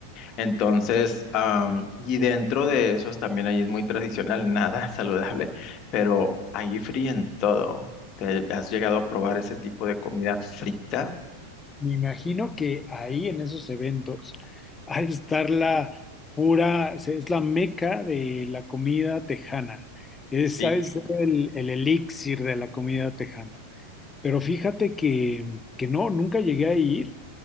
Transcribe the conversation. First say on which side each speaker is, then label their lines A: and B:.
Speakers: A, on the left; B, on the left.
A: Entonces, am, y dentro de esos también ahí es muy tradicional, nada <laughs> saludable, pero ahí fríen todo. ¿Te has llegado a probar ese tipo de comida frita?
B: Me imagino que ahí en esos eventos al estar la pura, o sea, es la meca de la comida tejana. Esa
A: Sí.
B: es el, el elixir de la comida tejana. Pero fíjate que, que no, nunca llegué a ir.